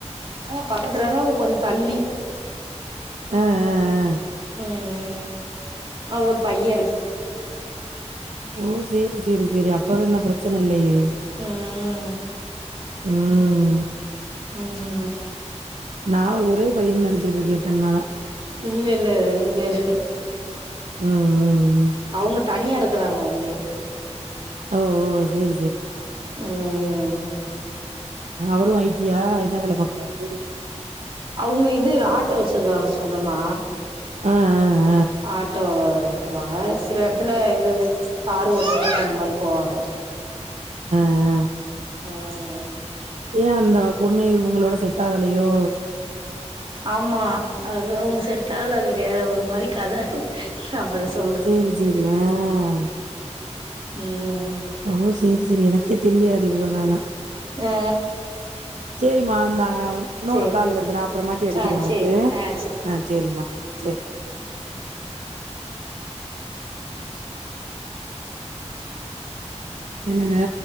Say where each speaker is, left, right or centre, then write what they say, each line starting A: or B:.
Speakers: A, on the right; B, on the right.
A: ஆஹ் பக்கத்துலனா கொஞ்சோ தள்ளி
B: ஆஹ் ஆஹ் ஆஹ்
A: உம் உம் ஆஹ் ஒரு பையன் இருக்கு
B: ஓ சேரி செரி செரி அப்பறோ என்ன பெரச்சன இல்லயே
A: உம்
B: உம்
A: உம் உம்
B: நா ஒரே பையன் நெனச்சிட்டு இருக்க இத்தன்னால
A: இல்ல இல்ல ரெண்டு பேரு
B: உம் உம்
A: அவங்க தனியா இருக்கறாங்க இங்கே
B: ஓ ஓ சேரி சேரி
A: உம் உம்
B: அவரு ஐ டி யா என்ன வேல பாக்குறாரு
A: அவங்க இது ஆட்டோ வச்சிருக்காங்க சொந்தமா
B: ஆஹ் ஆஹ்
A: ஆட்டோ ஓட்டுவாங்க சில இடத்துல ஏதாவது காரு ஓட்ட அந்த மாரி போவாங்க
B: ஆஹ்
A: உம்
B: ஏன் அந்த பொண்ணு இவுங்களோட செட் ஆகலையோ
A: ஆமா அது அவுங்க செட்டாகல அது வேற ஒரு மாரி கத நா அப்பற சொல்றே
B: சேரி சேரி ஆஹ்
A: உம்
B: அவ்ளோ சி சேரி சேரி எனக்கே தெரியாது இவ்ளோ நாளா
A: ஆ
B: சேரிமா இந்தா இன்னொரு
A: சேரி
B: கால் வருது நான் அப்புறமாட்டி அடிக்கிறேன்
A: ஆ
B: உனக்கு
A: சேரி ஆ சேரி
B: ஆஹ் சேரிம்மா சேரி என்னங்க